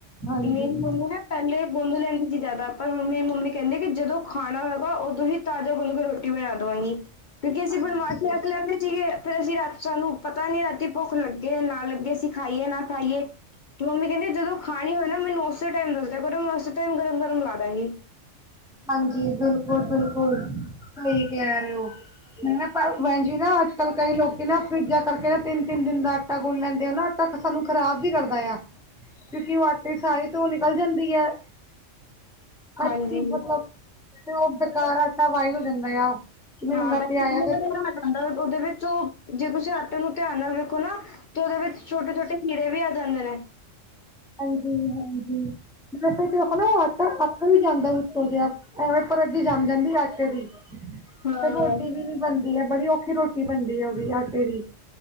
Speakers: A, in the centre; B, on the left.
A: ਹਾਂਜੀ।
B: ਨਹੀਂ ੳਹਨੁ ਨਾ ਪਹਿਲੇ ਗੂਂਦ ਲੈਂਦੀ ਸੀ ਜਿਆਦਾ ਪਰ ਹੁਣ ਮੇਰੀ ਮੰਮੀ ਕਹਿੰਦੀ ਕਿ ਜਦੋਂ ਖਾਣਾ ਹੋਏਗਾ, ਉਦੋਂ ਹੀ ਤਾਜ਼ਾ ਗੁਨ ਕੇ ਰੋਟੀ ਬਣਾ ਦੇਵਾਂਗੀ। ਕਿਉਂਕਿ ਅਸੀਂ
A: ਹਾਂਜੀ।
B: ਬਣਵਾ ਕੇ ਰੱਖ ਲੈਂਦੇ ਸੀਗੇ ਫ਼ਿਰ ਅਸੀਂ ਰਾਤ ਸਾਨੂੰ ਪਤਾ ਨੀ ਰਾਤੀ ਭੁੱਖ ਲੱਗੇ ਯਾ ਨਾ ਲੱਗੇ। ਅਸੀ ਖਾਈਏ ਨਾ ਖਾਈਏ, ਤੇ ਮੰਮੀ ਕਹਿੰਦੀ ਜਦੋਂ ਖਾ ਖਾਨੀ ਹੋਵੇ ਨਾ ਮੈਨੂੰ ਉਸੇ ਟਾਈਮ ਦੱਸਦਿਆ ਕਰੋ, ਮੈਂ ਉਸੇ ਟਾਈਮ ਗਰਮ ਗਰਮ ਲਾ ਦਾਂਗੀ।
A: ਹਾਂਜੀ ਬਿਲਕੁਲ ਬਿਲਕੁਲ, ਸਹੀ ਕਹਿ ਰਹੇ ਹੋ ।ਨਹੀਂ ਨਾ ਭੈਣ ਜੀ ਨਾ ਅੱਜ ਕੱਲ ਕਈ ਲੋਕੀ ਨਾ ਫਰਿਜਾਂ ਕਰਕੇ ਨਾ ਤਿੰਨ ਤਿੰਨ ਦਿਨ ਦਾ ਆਟਾ ਗੁਣ ਲੈਂਦੇ ਹੈ ਨਾ ਆਟਾ ਕਿ ਸਾਨੂੰ ਖਰਾਬ ਵੀ ਕਰਦਾ ਆ। ਕਿਉਂਕਿ ਉਹ ਆਟੇ ਸਾਰੇ ਤੋਂ ਨਿਕਲ ਜਾਂਦੀ ਹੈ ਅੱਛੀ
B: ਹਾਂਜੀ
A: ਤੇ ਉਹ ਬੇਕਾਰ ਆਟਾ ਵਾਈ ਹੋ ਜਾਂਦਾ ਆ ਕਿਵੇਂ
B: ਹਾਂ
A: ਹੁੰਦਾ
B: ਬੈ
A: ਪਿਆ
B: ਬਣਾਣਾ
A: ਆ ਫਿਰ
B: ਜਾਂਦਾ ਉਹਦੇ ਵਿੱਚ ਉਹ ਜੇ ਤੁਸੀਂ ਆਟੇ ਨੂੰ ਧਿਆਨ ਨਾਲ ਵੇਖੋ ਨਾ ਤੇ ਉਹਦੇ ਵਿੱਚ ਛੋਟੇ ਛੋਟੇ ਕੀੜੇ ਵੀ ਆ ਜਾਂਦੇ ਨੇ।
A: ਹਾਂਜੀ ਹਾਂਜੀ। ਦੇਖੋ ਨਾ ਆਟੇ ਅਕ ਵੀ ਜਾਂਦਾ ਉੱਤੋਂ ਜਿਹਾ ਐ ਪਰਤ ਜਿਹੀ ਜੰਮ ਜਾਂਦੀ ਆਟੇ ਦੀ
B: ਹਾਂ
A: ਤੇ ਰੋਟੀ ਵੀ ਨੀ ਬਣਦੀ ਹੈ ਬੜੀ ਔਖੀ ਰੋਟੀ ਬਣਦੀ ਹੈ ਉਹਦੀ ਆਟੇ ਦੀ